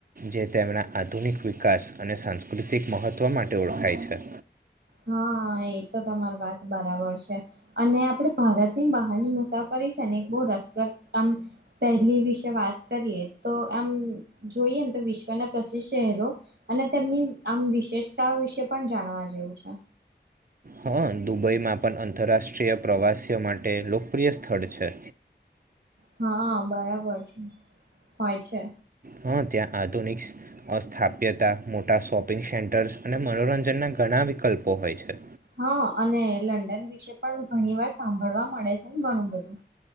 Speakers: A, on the right (about 55°); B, on the right (about 75°).
A: જે તેમના આધુનિક વિકાસ અને સાંસ્કૃતિક મહત્વ વા માટે ઓળખાય છે.
B: હા એ તો તમારી વાત બરાબર છે અને આપડે ભારતની બહારની મુસાફરી છે ને એક બહુ રસપ્રદ આમ પહેલી વિશે વાત કરીએ તો આમ જોઈએને તો વિશ્વના પ્રસિદ્ધ શહેરો અને તેમની આમ વિશેષતાઓ વિશે પણ જાણવા જેવું છે.
A: હા દુબઈમાં પણ આંતરરાષ્ટ્રીય પ્રવાસીઓ માટે લોકપ્રિય સ્થળ છે.
B: હા બરાબર છે. હોય છે.
A: હં ત્યાં આધુનિક અસ્થાપ્યતા મોટા શોપિંગ સેન્ટર્સ અને મનોરંજનના ઘણા વિકલ્પો હોય છે.
B: હા અને લંડન વિશે પણ ઘણી વાર સાંભળવા મળે છે ને ઘણું બધું.